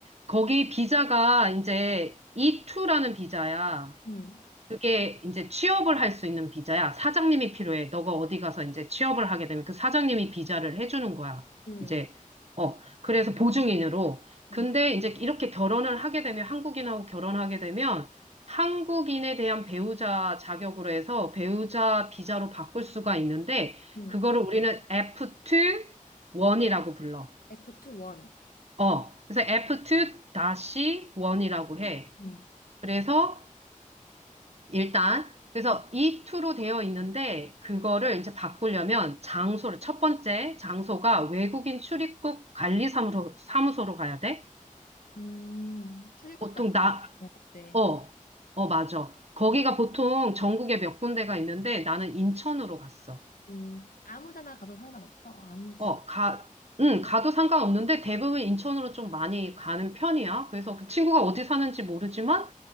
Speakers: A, on the right; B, on the left.
A: 거기 비자가 이제 E2라는 비자야.
B: 음,
A: 그게 이제 취업을 할 수 있는 비자야. 사장님이 필요해. 너가 어디 가서 이제 취업을 하게 되면 그 사장님이 비자를 해주는 거야.
B: 음,
A: 이제, 어, 그래서 보증인으로.
B: 음.
A: 근데 이제 이렇게 결혼을 하게 되면, 한국인하고 결혼하게 되면, 한국인에 대한 배우자 자격으로 해서 배우자 비자로 바꿀 수가 있는데,
B: 음,
A: 그거를 우리는 F2-1이라고 불러.
B: F21.
A: 어, 그래서 F2-1이라고 해.
B: 음,
A: 그래서 일단 그래서
B: 음,
A: 이 투로 되어 있는데 그거를 이제 바꾸려면 장소를 첫 번째 장소가 외국인 출입국 관리 사무소 사무소로 가야 돼.
B: 음, 출입국까지
A: 보통 나
B: 있야 돼.
A: 어, 어 맞아. 거기가 보통 전국에 몇 군데가 있는데 나는 인천으로 갔어.
B: 음, 아무 데나 가도 상관없어. 아무 지역
A: 어, 가 응, 가도 상관없는데 대부분 인천으로 좀 많이 가는 편이야. 그래서 그 친구가 어디 사는지 모르지만